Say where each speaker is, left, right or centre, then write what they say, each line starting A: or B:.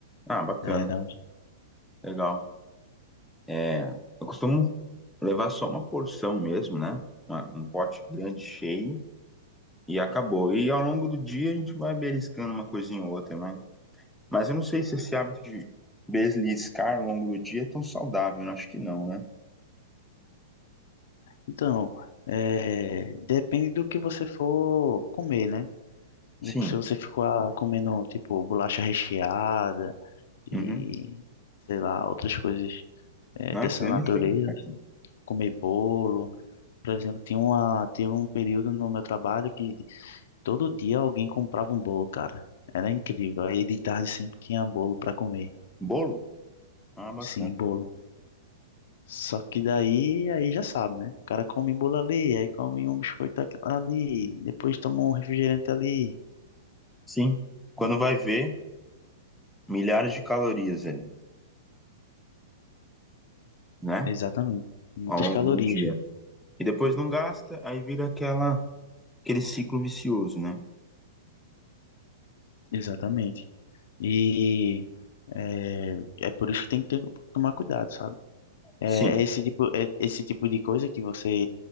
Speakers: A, in the centre; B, on the left.
A: Ah, bacana,
B: É, dá um-
A: legal. É, eu costumo levar só uma porção mesmo, né? Uma- Um pote grande, cheio, e acabou. E ao longo do dia a gente vai beliscando uma coisinha ou outra, né? Mas eu não sei se esse hábito de beliscar ao longo do dia é tão saudável, eu acho que não, né?
B: Então, é, depende do que você for comer, né?
A: Sim.
B: Tipo, Se você ficar comendo, tipo, bolacha recheada e,
A: Uhum.
B: sei lá, outras coisas é,
A: Nossa,
B: dessa
A: eu
B: natureza,
A: não chego perto.
B: comer bolo. Por exemplo, tinha uma, tinha um período no meu trabalho que todo dia alguém comprava um bolo, cara. Era incrível. Aí de tarde sempre tinha bolo para comer.
A: Bolo? Ah, bacana.
B: Sim, bolo. Só que daí, aí já sabe, né? O cara come bolo ali, aí come um biscoito aqui- ali, depois toma um refrigerante ali.
A: Sim. Quando vai ver, milhares de calorias ali, né?
B: Exatamente. Muitas
A: Ao longo
B: calorias,
A: do dia.
B: cara.
A: E depois não gasta, aí vira aquela, aquele ciclo vicioso, né?
B: Exatamente. E é, é por isso que tem que ter- tomar cuidado, sabe? É,
A: Sim.
B: é esse tipo, é esse tipo de coisa que você